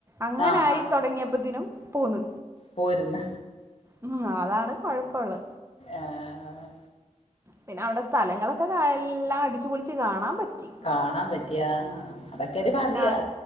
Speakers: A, on the right (about 20°); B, on the left (about 55°).
A: അങ്ങനായി
B: ആഹ്
A: തുടങ്ങിയപ്പോതിനും പോന്ന്
B: പോര്ന്ന്
A: ഉം അതാണ് കൊഴപ്പള്ളത്
B: ആഹ്
A: പിന്നെ അവിടെ സ്ഥലങ്ങളൊക്കെ ക എല്ലാം അടിച്ചുപൊളിച്ച് കാണാൻ പറ്റി
B: കാണാൻ പറ്റിയ ആഹാ അതൊക്കെ ഒരു ഭാഗ്യാ
A: പിന്നെ